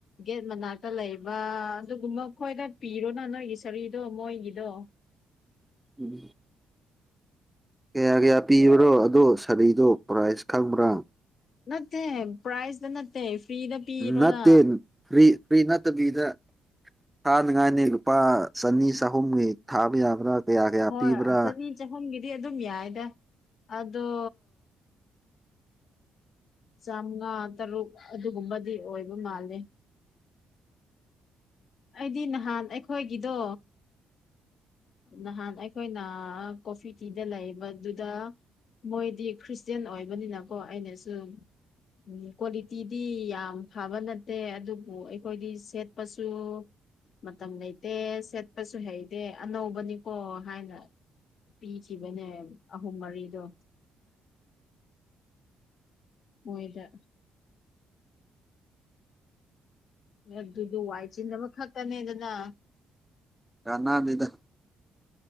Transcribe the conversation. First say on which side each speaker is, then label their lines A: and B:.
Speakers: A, on the left; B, in the centre.
A: ꯒꯦꯠ ꯃꯅꯥꯛꯇ ꯂꯩꯕ ꯑꯗꯨꯒꯨꯝꯕ ꯃꯈꯣꯏꯗ ꯄꯤꯔꯣꯅ ꯅꯣꯏꯒꯤ ꯁꯔꯤꯗꯣ ꯃꯣꯏꯒꯤꯗꯣ
B: ꯎꯝ ꯀꯌꯥ ꯀꯌꯥ ꯄꯤꯕꯔꯣ ꯑꯗꯣ ꯁꯥꯔꯤꯗꯣ ꯄ꯭ꯔꯥꯏꯁ ꯈꯪꯕ꯭ꯔꯥ
A: ꯅꯠꯇꯦ ꯄ꯭ꯔꯥꯏꯁꯗ ꯅꯠꯇꯦ ꯐ꯭ꯔꯤꯗ ꯄꯤꯔꯣꯅ
B: ꯅꯠꯇꯦ ꯐꯔꯤ ꯐꯔꯤ ꯅꯠꯇꯕꯤꯗ ꯊꯥ ꯅꯤꯡꯉꯥꯏꯅꯤ ꯂꯨꯄꯥ ꯆꯅꯤ ꯆꯍꯨꯝꯒꯤ ꯊꯥꯕ ꯌꯥꯕ꯭ꯔꯥ ꯀꯌꯥ ꯀꯌꯥ
A: ꯍꯣꯏ
B: ꯄꯤꯕ꯭ꯔꯥ
A: ꯆꯅꯤ ꯆꯍꯨꯝꯒꯤꯗꯤ ꯑꯗꯨꯝ ꯌꯥꯏꯗ ꯑꯗꯣ ꯆꯥꯝꯉꯥ ꯇꯔꯨꯛ ꯑꯗꯨꯒꯨꯝꯕꯗꯤ ꯑꯣꯏꯕ ꯃꯥꯜꯂꯦ ꯑꯩꯗꯤ ꯅꯍꯥꯟ ꯑꯩꯈꯣꯏꯒꯤꯗꯣ ꯅꯍꯥꯟ ꯑꯩꯈꯣꯏꯅ ꯀꯣꯐꯤ ꯊꯤꯗ ꯂꯩꯕꯗꯨꯗ ꯃꯣꯏꯗꯤ ꯈ꯭ꯔꯤꯁꯇꯦꯟ ꯑꯣꯏꯕꯅꯤꯅꯀꯣ ꯑꯩꯅ ꯁꯨꯝ ꯎꯝ ꯀ꯭ꯋꯥꯂꯤꯇꯤꯗꯤ ꯌꯥꯝ ꯐꯕ ꯅꯠꯇꯦ ꯑꯗꯨꯕꯨ ꯑꯩꯈꯣꯏꯗꯤ ꯁꯦꯠꯄꯁꯨ ꯃꯇꯝ ꯂꯩꯇꯦ ꯁꯦꯠꯄꯁꯨ ꯍꯩꯇꯦ ꯑꯅꯧꯕꯅꯤꯀꯣ ꯍꯥꯏꯅ ꯄꯤꯈꯤꯕꯅꯦ ꯑꯍꯨꯝ ꯃꯔꯤꯗꯣ ꯃꫭꯏꯗ ꯑꯗꯨꯗꯨ ꯋꯥꯏ ꯆꯤꯟꯅꯕ ꯈꯛꯇꯅꯦꯗꯅ
B: ꯀꯅꯥꯟ ꯅꯤꯗ